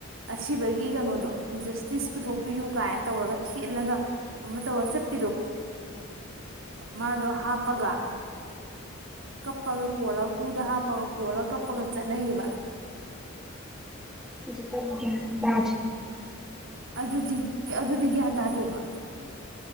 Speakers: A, on the right (about 75°); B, in the centre.
A: ꯑꯁꯤꯕꯒꯤ ꯀꯩꯅꯣꯗꯣ ꯖꯁꯇꯤꯁ ꯄꯨꯊꯣꯛꯄꯤꯌꯨ ꯀꯥꯏꯅ ꯇꯧꯔꯒ ꯊꯦꯠꯂꯒ ꯑꯃ ꯇꯧꯔ ꯑꯃ ꯆꯠꯄꯤꯗꯣ ꯃꯥꯗꯨ ꯍꯥꯞ ꯄꯒ ꯀꯞ ꯄꯒ ꯀꯣꯂ ꯀꯨꯗꯥ ꯍꯥꯄꯒ ꯀꯣꯂ ꯀꯞꯄꯒ ꯀꯞꯄꯒ ꯂꯩꯕ
B: ꯍꯨꯖꯤꯛꯀꯥꯟ ꯒ꯭ꯌꯥꯟ ꯇꯥꯗ꯭ꯔꯦ
A: ꯑꯗꯨꯗꯤ ꯑꯗꯨꯗꯤ ꯒ꯭ꯌꯥꯟ ꯇꯥꯗꯦꯕ